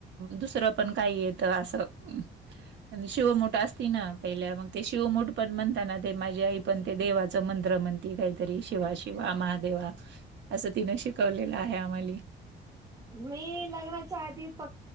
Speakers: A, on the right; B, on the right.
A: दुसरं पण काही येतं असं. आणि शिवमुठ असती ना पहिल्या मग ते
B: हम्म
A: शिवमुठ पण म्हणत ना ते माझी आई पण ते देवाचं मंत्र म्हणते, ती काहीतरी शिवा शिवा महादेवा असं तिन शिकवलेलं आहे आम्हाली,
B: मी लग्नाला चहात प,